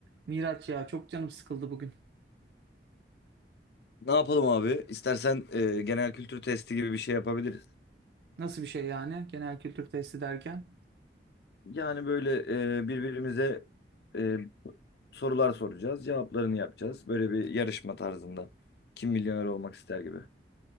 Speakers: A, on the right; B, on the left.
A: Miraç ya çok canım sıkıldı bugün.
B: Ne yapalım abi? İstersen e, genel kültür testi gibi bir şey yapabiliriz.
A: Nasıl bir şey yani genel kültür testi derken?
B: Yani böyle e, birbirimize e, sorular soracağız, cevaplarını yapacağız. Böyle bir yarışma tarzında. Kim milyoner olmak ister gibi.